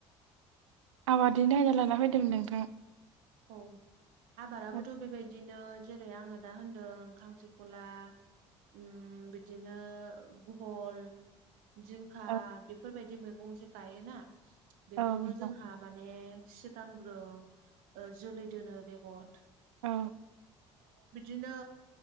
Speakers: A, on the right; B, on the right.
A: आबादनिनो आयदा लाना फैदोंमोन नोंथां
B: औ आबादाबोथ'
A: औ
B: बेबायदिनो जेरै आङो दा होनदों खांख्रिखला उम बिदिनो बहल जिंखा
A: औ
B: बेफोरबायदि मैगं जे गायोना बेखौबो
A: औ नोंथां
B: जोंहा माने सिगांग्रो ओ जोलै दोनो बेगर
A: औ
B: बिदिनो